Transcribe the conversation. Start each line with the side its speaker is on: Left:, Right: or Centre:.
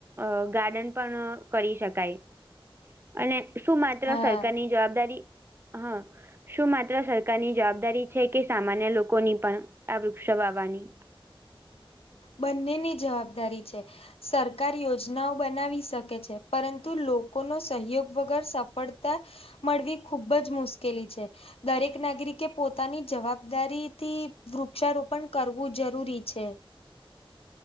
Right: અ ગાર્ડન પણ કરી શકાય અને શું માત્ર
Left: હા.
Right: સરકારની જવાબદારી હા. શું માત્ર સરકારની જવાબદારી છે કે સામાન્ય લોકોની પણ આ વૃક્ષો વાવાની.
Left: બંનેની જવાબદારી છે. સરકાર યોજનાઓ બનાવી શકે છે પરંતુ લોકોનો સહયોગ વગર સફળતા મળવી ખુબ જ મુશ્કેલી છે. દરેક નાગરિકે પોતાની જવાબદારી થી વૃક્ષારોપણ કરવું જરૂરી છે.